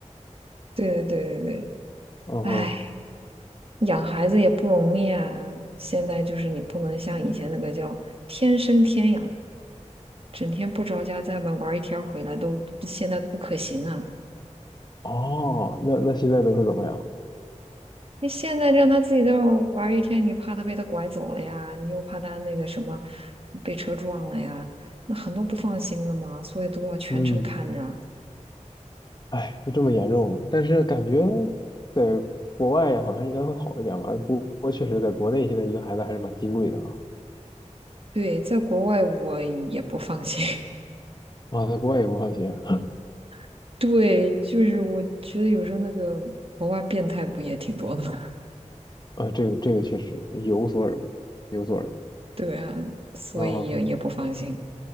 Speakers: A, on the right; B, on the left.
A: <laughs> 对对对对对，
B: 嗯哼，
A: 哎。养孩子也不容易啊，现在就是你不能像以前那个叫天生天养，整天不着家在外面玩一天儿回来都现在不可行啊。
B: 哦，那那现在都是怎么样？
A: 你现在让他自己在外玩一天，你怕他被他拐走了呀，你又怕他那个什么被车撞了呀，那很多不放心的嘛，所以都要全程看着啊。
B: 嗯。哎，就这么严重了。但是感觉在国外好像应该会好一点吧。不过确实，在国内现在一个孩子还是蛮金贵的啊。
A: 对，在国外我也不放心。
B: 啊，在国外也不放心啊。
A: <laughs> 对，就是我觉得有时候那个国外变态不也挺多的吗？
B: 呃这个这个确实有所耳闻，有所耳闻。
A: <laughs> 对啊，所以也也不放心。
B: 啊